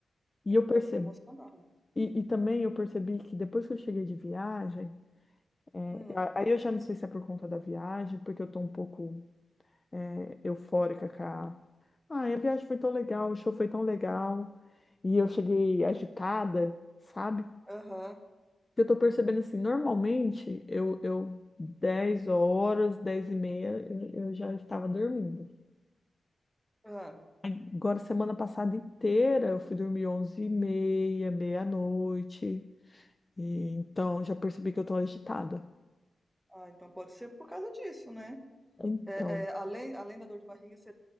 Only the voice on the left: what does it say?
E
eu
percebo.
E, e também eu percebi que depois que eu cheguei de viagem, é,
a- aí eu já não sei se é por conta da viagem, porque eu tô um pouco é, eufórica com a... Ai, a viagem foi tão legal, o show foi tão legal. E eu cheguei agitada, sabe?
Eu tô percebendo assim, normalmente eu, eu 10 horas, 10 e meia, eu, eu já estava dormindo.
Agora, semana passada inteira, eu fui dormir 11 e meia, meia-noite. E, então, já percebi que eu tô agitada.
Então,